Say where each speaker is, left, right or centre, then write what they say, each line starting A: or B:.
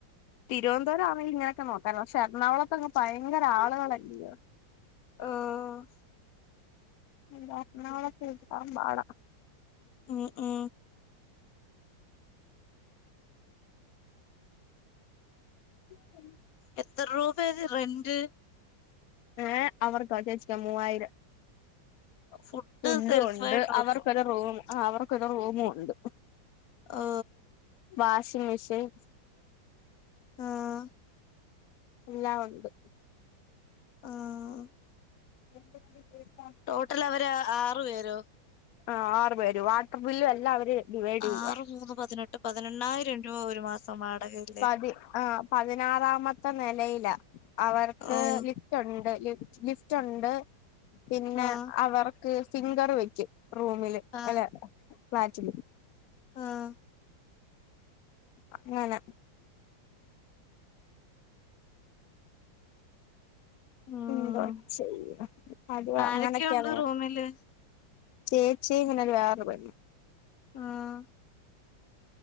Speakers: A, on the left; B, on the left.
A: തിരോന്തോരാണെങ്കി ഇങ്ങനൊക്കെ നോക്കാർന്നു പക്ഷെ എറണാകുളത്തൊക്കെ ഭയങ്കര ആളുകളല്ലയോ
B: ആഹ്
A: എന്താ എറണാകുളത്ത് കിട്ടാൻ പാട
B: ഉം ഉം
A: ഉ <inaudible>
B: എത്ര രൂപയ റെന്റ്
A: ഏഹ് അവർക്കൊ ചേച്ചിക്കൊ മൂവായിരം
B: ഫുഡ്
A: ഫുഡ്ഡും
B: സെൽഫായിട്ട്
A: ഒണ്ട്
B: വെക്കും
A: അവർക്കൊര് റൂം അവർക്കൊരു റൂമൂണ്ട്
B: ഓ
A: വാഷിംഗ് മെഷീൻ
B: ആഹ്
A: എല്ലാവൊണ്ട്
B: ആഹ്
A: എന്തെങ്കിലും കേക്കാമോ
B: ടോട്ടൽ അവര് ആറു പേരോ
A: ആഹ് ആറ് പേര് വാട്ടർ ബില്ലും എല്ലാം അവര് ഡിവൈഡ് ചെയ്യുവാ
B: ആറ് മൂന്ന് പതിനെട്ട് പതിനെണ്ണായിരം രൂപ ഒരു മാസവാടാങ്ങാക്ക്‌
A: പതി ആ പതിനാറാമത്തെ നിലയില അവർക്ക്
B: ഉം
A: ലിഫ്റ്റ് ഉണ്ട് ലിഫ്റ്റ് ഉണ്ട് പിന്നെ
B: ആഹ്
A: അവർക്ക് ഫിംഗർ വെക്ക് റൂമില്
B: ആഹ്
A: അല്ല ഫ്ലാറ്റില്
B: ആഹ്
A: അങ്ങനെ
B: ഉം
A: എന്തോ ചെയ്യും അത്
B: ആരൊക്കെയുണ്ട്
A: അങ്ങനൊക്കെയ
B: റൂമില്
A: ചേച്ചി ഇങ്ങനെരു വേറെ പോയി
B: ആഹ്